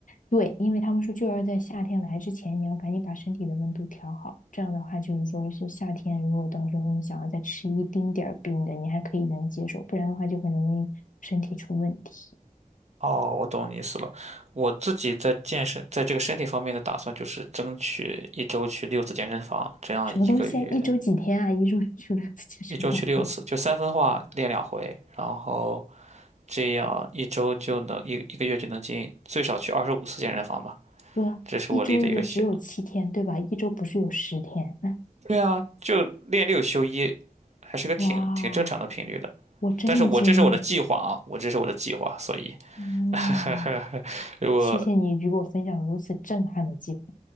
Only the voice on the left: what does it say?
对，因为他们说就要在夏天来之前，你要赶紧把身体的温度调好。这样的话，就是说是夏天，如果到时候你想要再吃一丁点儿冰的，你还可以能接受，不然的话就很容易身体出问题。
什么东西啊？一周几天啊？一周去了次健身房？
哥，
一周也只有七天，对吧？一周不是有十天？<laughs>
哇，我震惊了。
嗯，
谢谢你与我分享如此震撼的计划。